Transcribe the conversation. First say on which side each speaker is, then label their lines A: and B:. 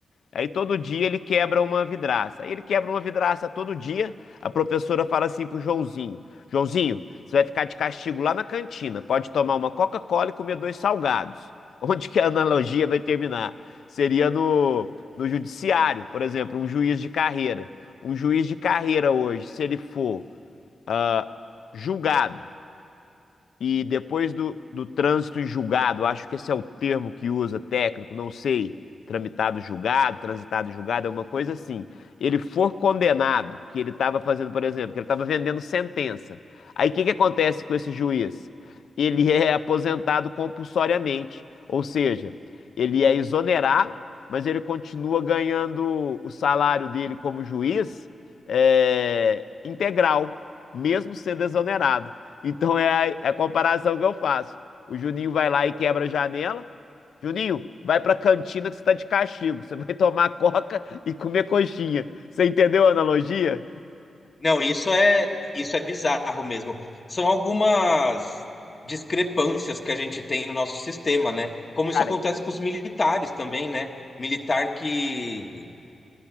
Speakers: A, on the left; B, on the left.
A: Aí todo dia ele quebra uma vidraça. Aí ele quebra uma vidraça todo dia. A professora fala assim pro Joãozinho: Joãozinho, você vai ficar de castigo lá na cantina. Pode tomar uma Coca-Cola e comer dois salgados. <laughs> Onde que a analogia vai terminar? Seria no, no judiciário, por exemplo, um juiz de carreira. Um juiz de carreira hoje, se ele for ah, julgado. E depois do, do trânsito em julgado, acho que esse é o termo que usa técnico, não sei, tramitado julgado, transitado em julgado, é uma coisa assim. Ele for condenado, que ele estava fazendo, por exemplo, que ele estava vendendo sentença. Aí o que que acontece com esse juiz? Ele é aposentado compulsoriamente, ou seja, ele é exonerado, mas ele continua ganhando o salário dele como juiz é, integral mesmo sendo exonerado. Então é a, é a comparação que eu faço. O Juninho vai lá e quebra a janela. Juninho, vai pra cantina que você tá de castigo. Você vai tomar coca e comer coxinha. Você entendeu a analogia?
B: Não, isso é isso é bizarro mesmo. São algumas discrepâncias que a gente tem no nosso sistema, né? Como
A: Cara,
B: isso acontece
A: é.
B: com os militares também, né? Militar que